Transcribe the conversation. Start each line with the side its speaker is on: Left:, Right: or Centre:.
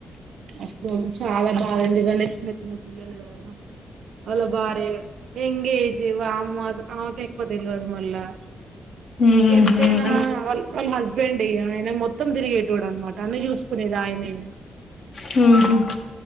Right: అసలు చాలా బాదగండి చిన్న చిన్న పిల్లలు గద వాళ్ళ భార్య ఇన్ ఈ దేవ వామ్మో ఆమెకు ఎక్కువ తెలవదు మళ్ళా
Left: ఉహు
Right: ఎంతైనా వాళ్ వాళ్ళ హస్బెండ్ ఇయ ఆయన మొత్తం తిరిగేటోడు అన్మమాట అన్ని చూసుకునేది ఆయనే
Left: హు హు